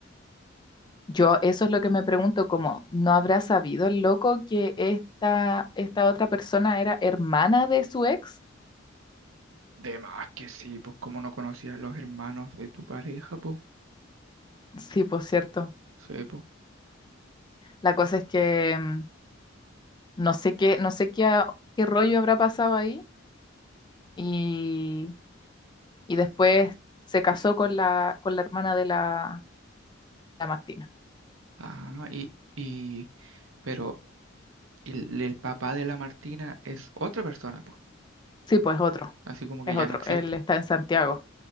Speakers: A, on the left; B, on the right.
A: yo eso es lo que me pregunto, como, ¿no habrá sabido el loco que esta, esta otra persona era hermana de su ex?
B: De más que sí, pues como no conocía a los hermanos de tu pareja, pues
A: Sí, por cierto.
B: Sí, po.
A: La cosa es que mm, no sé qué, no sé qué, a- qué rollo habrá pasado ahí y, y después se casó con la, con la hermana de la, la Martina.
B: Ah, y, y, pero el, el papá de la Martina es otra persona, pues.
A: Sí, pues otro,
B: Así como que
A: es
B: ya
A: otro.
B: no existe.
A: Él está en Santiago,